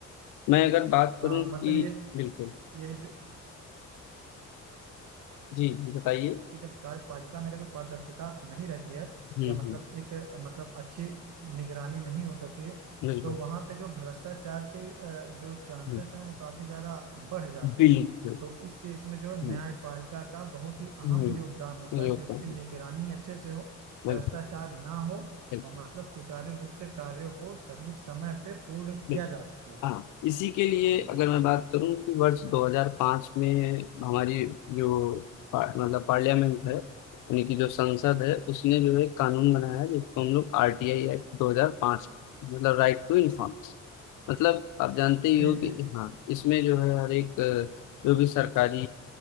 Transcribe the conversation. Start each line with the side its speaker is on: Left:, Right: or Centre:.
Left: मैं अगर बात करूं
Right: हाँ मतलब
Left: कि
Right: ये
Left: बिल्कुल
Right: ये जो
Left: जी बताइए
Right: कि जब कार्यपालिका में अगर जो पारदर्शिता नहीं रहती है
Left: हम्म
Right: या मतलब
Left: हम्म
Right: एक अ, मतलब अच्छी निगरानी नहीं हो सकती है,
Left: बिल्कुल
Right: तो वहां पे जो भ्रष्टाचार के अ, जो चांसेस
Left: हम्म,
Right: हैं वो काफी ज्यादा बढ़ जाते
Left: बिल्कुल
Right: हैं तो इस केस में जो है,
Left: हम्म
Right: न्यायपालिका का बहुत ही
Left: हम्म
Right: अहम योगदान होता
Left: ये
Right: है
Left: होता
Right: कि उसकी
Left: है
Right: निगरानी अच्छे से हो
Left: बिल्कुल
Right: भ्रष्टाचार ना हो
Left: बिल्कुल
Right: और मतलब सुचारू रूप से कार्यों को सही समय पे पूर्ण किया
Left: बिल्कुल।
Right: जा सके
Left: हाँ इसी के लिए
Right: जी
Left: अगर मैं बात करूं कि वर्ष 2005 में हमारी जो पा- मतलब पार्लियामेंट है यानी कि जो संसद है उसने जो है एक कानून बनाया है जिसको हम लोग आरटीआई एक्ट 2005 कहते हैं, मतलब राइट टू इन्फॉर्मेशन मतलब आप जानते ही
Right: जी
Left: हो कि
Right: जी
Left: हाँ इसमें जो है हर एक अ, जो भी सरकारी